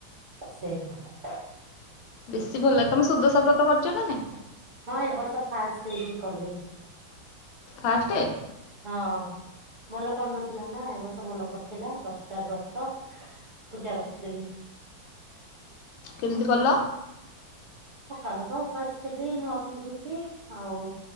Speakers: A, on the right (about 85°); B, on the left (about 85°).
A: ସେଇଭଳି
B: ବେଶୀ ଭଲ ଲାଗେ ତମେ ସୁଦଶା ବ୍ରତ କରିଛ ନା ନାଇଁ
A: ହଁ ଏ ବର୍ଷ ଫାଷ୍ଟ ହେଇକି କଲି।
B: ଫାଷ୍ଟେ
A: ହଁ ଭଲ ପଢୁନଥିଲା ନା ଏ ବର୍ଷ ଭଲ ପଢୁଥିଲା ଦଶଟା ବ୍ର ତ ପୂଜା କରିଥିଲି।
B: କେମିତି କଲ?
A: ସକାଳୁ ତ ଉପାସ ଥିଲି ନୂଆ ପିନ୍ଧିକି ଆଉ